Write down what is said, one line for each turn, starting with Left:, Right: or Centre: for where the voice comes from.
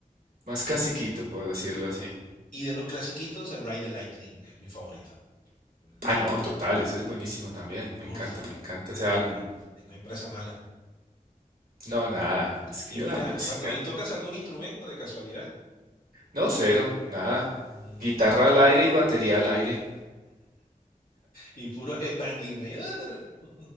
Right: más clasiquito por decirlo así.
Left: Y de los clasiquitos, el Ride the Lightning es mi favorito. Ujú.
Right: Ah, no, total, ese es buenísimo también,
Left: Eh,
Right: me
Left: Uf,
Right: encanta, me encanta ese álbum.
Left: ahí tengo impresa mala.
Right: No, nada, es que
Left: Y
Right: la
Left: mira,
Right: música,
Left: Marco, ¿y tocas algún instrumento de casualidad?
Right: no, cero, nada,
Left: mm,
Right: guitarra al aire y batería al aire.
Left: Y puro headbanging ahí. <laughs>